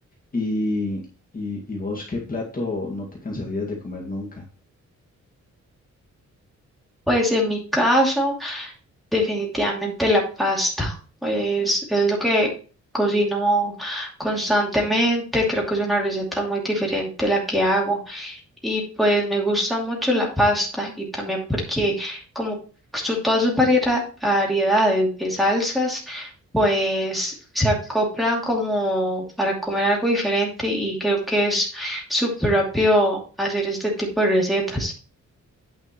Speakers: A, on the left; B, in the centre.
A: Y, y, y vos, ¿qué plato no te cansarías de comer nunca?
B: Pues en mi caso, definitivamente la pasta. Pues es lo que cocino constantemente. Creo que es una receta muy diferente la que hago. Y pues me gusta mucho la pasta y también porque como su- todas sus variera- variedades de salsas, pues se acoplan como para comer algo diferente y creo que es súper rápido hacer este tipo de recetas.